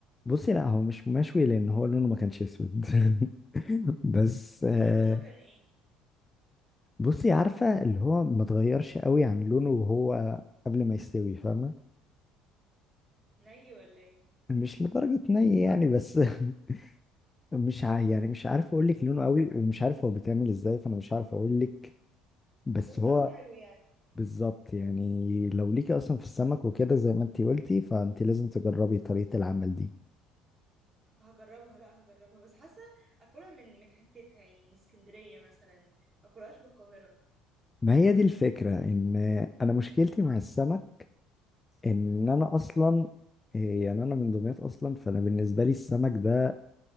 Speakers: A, on the left; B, on the right.
A: بصي لا هو مش مشوي لان هو لونه ما كانش اسود <laughs> بس آه،
B: طب لونه كان ايه
A: بصي عارفه اللي هو ما اتغيرش قوي عن لونه وهو قبل ما يستوي فاهمه
B: ني ولا ايه
A: مش لدرجه ني يعني بس <laughs> مش ع... يعني مش عارف اقول لك لونه قوي ومش عارف هو بيتعمل ازاي فانا مش عارف اقول لك بس
B: بس
A: هو
B: طعمه حلو يعني
A: بالظبط يعني لو ليكي اصلا في السمك وكده زي ما انتي قلتي فانتي لازم تجربي طريقه العمل دي
B: هجربها لا هجربها بس حاسه اكلها من من حتتها يعني من اسكندريه مثلا ما اكلهاش من القاهره
A: ما هي دي الفكره ان انا مشكلتي مع السمك ان انا اصلا إيه يعني انا من دمياط اصلا فانا بالنسبه لي السمك ده